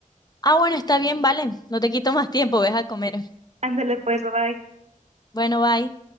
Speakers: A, on the left; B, on the right.
A: Ah, bueno, está bien, vale. No te quito más tiempo, ves a comer.
B: Ándale pues, bye bye.
A: Bueno, bye.